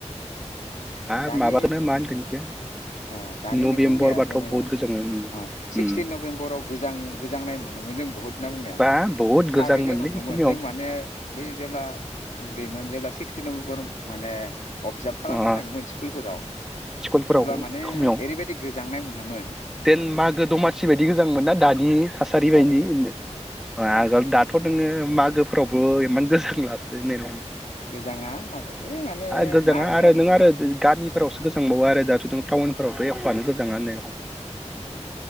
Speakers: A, in the centre; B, on the left (about 75°).
A: आ
B: दानि
A: माबाखौनो मा होनगोन बेखौ
B: ओ दानि
A: नभेम्बरबाथ'
B: नों बुंनाया जेनेबा
A: बहुद गोजाङो उम
B: ओ सिक्सटिन
A: उम
B: नबेम्बराव गोजाङो गोजांनाय मोनोमोन जों बुहुत होनना बुंनाया
A: बा बहुद
B: थारैनो
A: गोजांमोनलै
B: नंगौमोन
A: खमायाव
B: जों माने बै जेब्ला उन्दैमोन जेब्ला सिक्स नबेम्बर माने। अबजाभ खालामो
A: अ
B: थाङोमोन स्कुलफोराव
A: स्कुलफोराव
B: अब्ला माने
A: खमायाव
B: ओरैबायदि गोजांनाय मोनोमोन।
A: देन मागो दमासि बायदि गोजांमोन ना दानि थासारि
B: थारैनो
A: बायनि आगोल
B: ओं
A: दाथ' दोङो मागोफ्राव। बो इमान गोजां लासो नरम।
B: गोजाङा मागो बै माने
A: गोजाङा
B: मा होनो
A: आरो नों
B: दा
A: आरो गामिफोरावसो गोजांबावो आरो दाथ' नों टाउन। फोरावथ' एख'आनो। गोजाङा होननाया
B: उम
A: रखम
B: उम